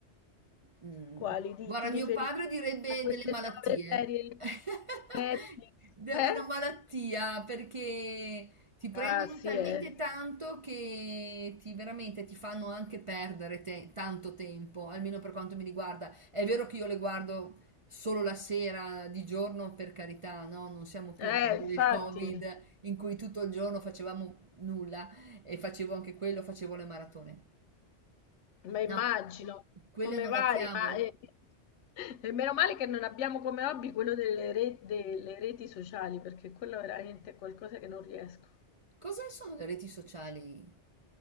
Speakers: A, on the right; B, on the left.
A: mm,
B: Quali ti,
A: guarda,
B: ti
A: mio
B: riferisci
A: padre direbbe
B: a queste
A: delle malattie.
B: nuove serie
A: <laughs>
B: Netflix?
A: De-
B: Eh?
A: Una malattia perché ti prendono
B: Ah sì,
A: talmente
B: eh.
A: tanto che ti veramente ti fanno anche perdere te- tanto tempo, almeno per quanto mi riguarda. È vero che io le guardo solo la sera, di giorno, per carità, no? Non siamo più
B: Eh,
A: al tempo
B: infatti.
A: del Covid in cui tutto il giorno facevamo nulla e facevo anche quello, facevo le maratone.
B: Ma immagino,
A: No, quelle
B: come
A: non
B: vari,
A: la chiamo.
B: ma eh, <laughs> e meno male che non abbiamo come hobby quello delle re- delle reti sociali, perché quello veramente è qualcosa che non riesco.
A: Cos'è sono le reti sociali?